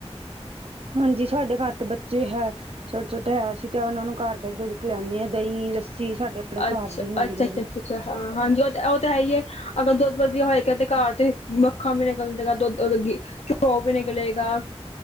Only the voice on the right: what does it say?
ਹਾਂਜੀ ਸਾਡੇ ਘਾਰ ਤੇ ਬੱਚੇ ਹੈ, ਛੋਟੇ-ਛੋਟੇ ਹੈ, ਸੀ ਤੇ ਉਹਨਾਂ ਨੂੰ ਘਾਰ ਦਾ ਈ ਦੁੱਧ ਪਿਆਂਨੇ ਆਂ। ਦਹੀਂ, ਲੱਸੀ ਸਾਡੇ ਆਪਨੇ
ਘਰ ਦੀ ਹੁੰਦੀ
ਹੈ
ਜੀ।